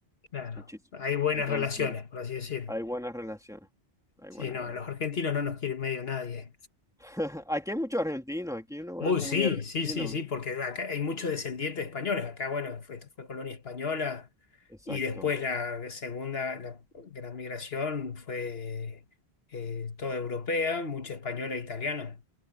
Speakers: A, on the left; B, in the centre.
A: Claro,
B: muchísimo.
A: hay buenas
B: Entonces,
A: relaciones, por así decirlo.
B: hay buenas relaciones, hay
A: Sí,
B: buenas
A: no,
B: relaciones.
A: a los argentinos no nos quiere medio nadie.
B: <laughs> Aquí hay muchos argentinos, aquí hay una buena
A: Uy,
B: comunidad
A: sí,
B: de
A: sí, sí,
B: argentinos.
A: sí, porque acá hay muchos descendientes de españoles. Acá, bueno, fue- esto fue colonia española
B: Exacto.
A: y después la segunda, la gran migración fue eh, toda europea, mucha española e italiana.